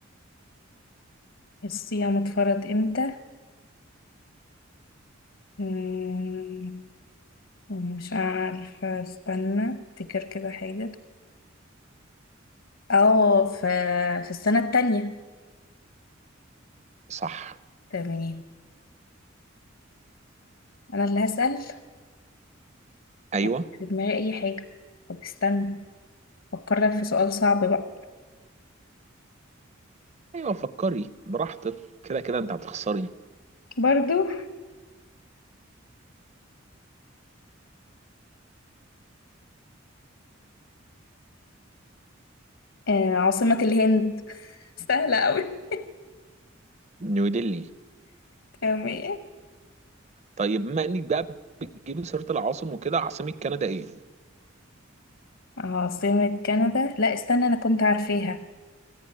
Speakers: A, on the left (about 70°); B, on the right (about 35°).
A: الصيام اتفرض امتى مم، مش عارفة استنى افتكر كده حاجة اه في في السنة التانية
B: صح
A: تمام انا اللي هسأل
B: ايوه
A: يعني مش في دماغي اي حاجة طب استنى فكرك في سؤال صعب بقى
B: ايوه فكري براحتك كده كده انت هتخسري
A: برضو آه عاصمة الهند <laughs> سهلة اوي
B: نيو ديلي
A: تمام
B: طيب بما انك بقى بتجيبي سيرة العاصم وكده عاصمة كندا ايه
A: عاصمة كندا لا استنى انا كنت عارفاها